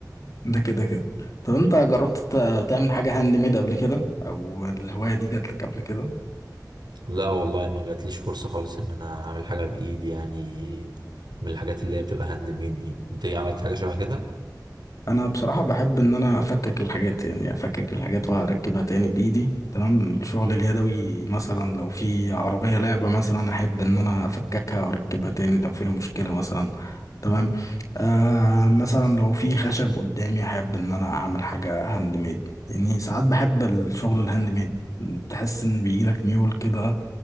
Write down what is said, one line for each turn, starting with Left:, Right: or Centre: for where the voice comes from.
Left: ده كده كده طب انت جربت ت- تعمل حاجة هاند ميد قبل كده او الهواية دي جات لك قبل كده
Right: لا والله ما جاتليش فرصة خالص ان انا اعمل حاجة بايدي يعني من الحاجات اللي هي بتبقى هاند ميد دي انت ايه عملت حاجة شبه كده
Left: انا بصراحة بحب ان انا افكك الحاجات يعني افكك الحاجات واركبها تاني بايدي تمام الشغل اليدوي مثلا لو في عربية لعبة مثلا احب ان انا افككها واركبها تاني لو فيها مشكلة مثلا تمام آه مثلا لو في خشب قدامي احب ان انا اعمل حاجة هاند ميد يعني ساعات بحب الشغل الهاند ميد تحس ان بيجيلك ميول كده